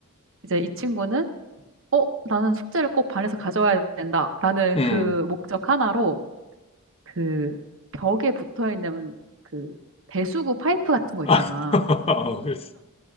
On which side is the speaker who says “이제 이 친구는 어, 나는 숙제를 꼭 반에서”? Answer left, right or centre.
Right